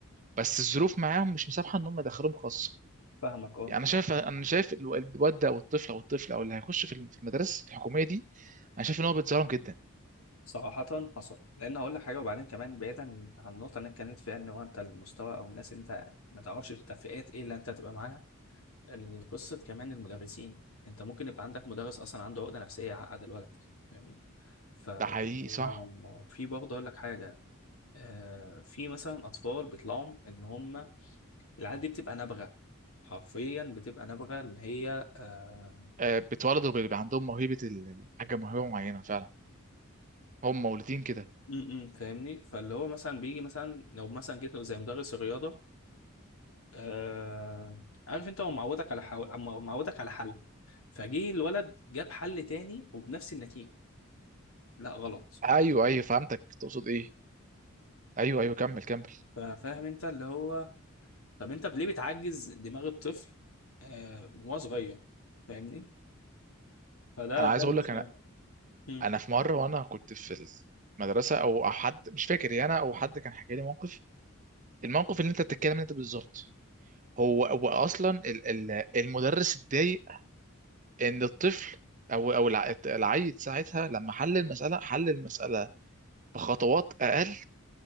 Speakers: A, on the right; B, on the left.
A: بس الظروف معاهم مش مسامحة إن هم يدخلوهم خاصة
B: فاهمك اه
A: يعني أنا شايف أنا شايف الو- الواد ده أو الطفل أو الطفل أو اللي هيخش في الم- في المدارس الحكومية دي أنا شايف إن هو بيتظلم جدا
B: صراحة حصل لأن هقول لك حاجة وبعدين كمان بعيدا عن النقطة اللي أنا اتكلمت فيها إن هو أنت المستوى أو الناس اللي أنت ما تعرفش أنت فئات إيه اللي أنت هتبقى معاها القصة كمان المدرسين انت ممكن يبقى عندك مدرس اصلا عنده عقدة نفسية يعقد الولد فاهمني فهو
A: ده حقيقي صح
B: في برضه اقول لك حاجة آه، في مثلا اطفال بيطلعوا ان هم العيال دي بتبقى نابغة حرفيا بتبقى نابغة اللي هي آه،
A: آه، بيتولدوا بيبقى عندهم موهبة ال- الحاجة موهبة معينة فعلا هم مولودين كده
B: م- م، فاهمني فاللي هو مثلا بيجي مثلا لو مثلا جيت له زي مدرس الرياضة آه، عارف انت هو معودك على حو... معودك على حل فجه الولد جاب حل تاني وبنفس النتيجة لا غلط
A: أيوه أيوه فهمتك تقصد إيه أيوه أيوه كمل كمل
B: فا- فاهم انت اللي هو طب انت ليه بتعجز دماغ الطفل آه وهو صغير فاهمني فده
A: أنا
B: ده
A: عايز
B: المشكله
A: أقول لك أنا
B: مم.
A: انا في مره وانا كنت في المدرسه او أو حد مش فاكر يعني انا او حد كان حكى لي موقف الموقف اللي انت بتتكلم انت بالظبط هو هو اصلا ال- ال- المدرس اتضايق ان الطفل او او الع- العيل ساعتها لما حل المساله حل المساله بخطوات اقل